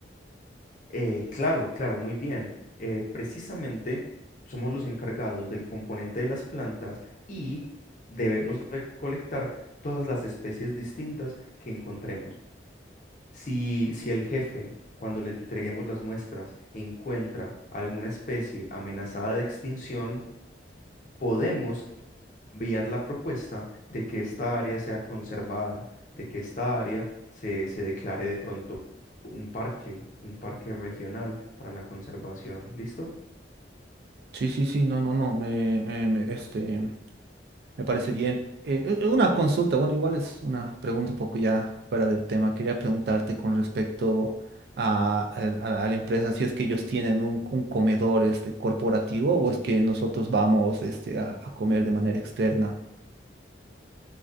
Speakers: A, on the left; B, on the right.
A: Eh, claro, claro, muy bien. Eh, precisamente somos los encargados del componente de las plantas y debemos recolectar todas las especies distintas que encontremos. Si, si el jefe, cuando le entreguemos las muestras, encuentra alguna especie amenazada de extinción, podemos enviar la propuesta de que esta área sea conservada, de que esta área se, se declare de pronto un parque, un parque regional para la conservación. ¿Listo?
B: Sí, sí, sí, no, no, no, me, me, me- este, me parece bien. Eh, eh, una consulta, bueno, igual es una pregunta un poco ya fuera del tema. Quería preguntarte con respecto a, al- a la a la empresa, si es que ellos tienen un, un comedor este, corporativo o es que nosotros vamos este, a, a comer de manera externa.